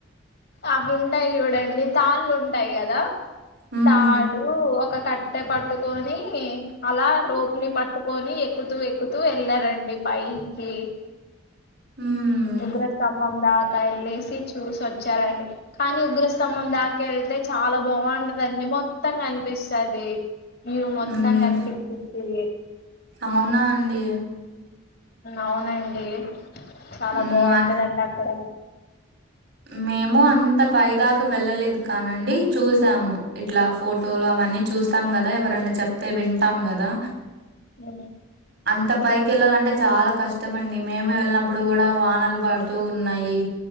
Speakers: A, on the left; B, on the right.
A: అవి ఉంటాయి చూడండి తాళ్ళు ఉంటాయి కదా
B: ఉమ్
A: తాడు ఒక కట్టె పట్టుకొని అలా రోపుని పట్టుకు కోని ఎక్కుతూ ఎక్కుతూ వెళ్లారండి పైకి
B: ఉమ్
A: ఉగ్ర స్తంభం దాకా వెళ్ళసి చూసి వచ్చారండి కానీ ఉగ్రస్తంభం దాక వెళ్తే చాలా బాగుంటదండి మొత్తంగా కనిపిస్తది వివ్ మొత్తం
B: ఉమ్
A: కనిపిచ్చిది
B: అవునా అండి
A: అవునండి చాలా
B: ఉమ్
A: బాగుంటదండి
B: అన్
A: అక్కడ
B: మేము అంత పైదాకా వెళ్ళలేదు కానండి చూసాము ఇట్లా ఫోటోలు అవన్నీ చూస్తాం కదా ఎవరన్నా చెప్తే వింటాం కదా
A: మ్
B: అంత పైకేళ్ళాలంటే చాలా కష్టమండి మేము వెళ్ళినప్పుడు కూడా వానాలు పడుతూ ఉన్నాయి